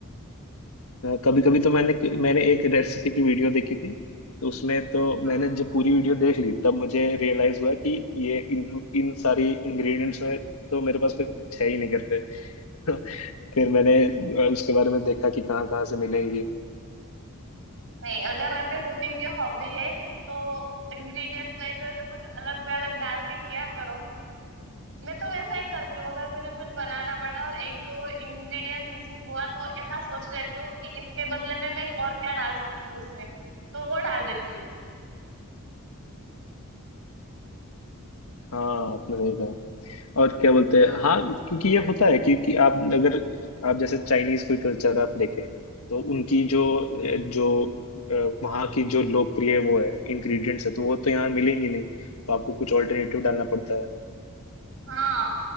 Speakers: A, on the left; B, on the right.
A: कभी कभी तो मैंने मैंने एक रेसिपी की वीडियो देखी थी तो उसमें तो
B: हाँ
A: मैंने जब पूरी वीडियो देख ली तब मुझे रियलाइज हुआ कि ये इन इन सारी इंग्रेडिएंट्स में तो मेरे पास कुछ है ही नहीं करते <laughs> फिर मैंने अ, उसके बारे में देखा कि कहाँ कहाँ से मिलेंगी
B: नहीं अगर आपकी कुकिंग की हॉबी है तो इंग्रेडिएंट्स नहीं भी हो तो कुछ अलग भी अलग डाल के किया करो मैं तो वैसा ही करती हूँ अगर मुझे कुछ बनाना पड़ा और एक दो इंग्रेडिएंट मिसिंग हुआ तो ऐसा सोच लेती हूँ कि इसके बदले में मैं और क्या डाल सकती हूँ उसमें तो वो डाल देती
A: हाँ आपने सही कहा और क्या बोलते
B: हूँ
A: हैं हाँ क्योंकि ये होता है क्योंकि आप अगर आप जैसे चाइनीज कोई कल्चर आप देखें तो उनकी जो जो अ, वहाँ की जो लोकप्रिय वो है इंग्रेडिएंट्स है तो वो तो यहाँ मिलेंगी नहीं तो आपको कुछ ऑल्टरनेटिव डालना पड़ता है
B: हाँ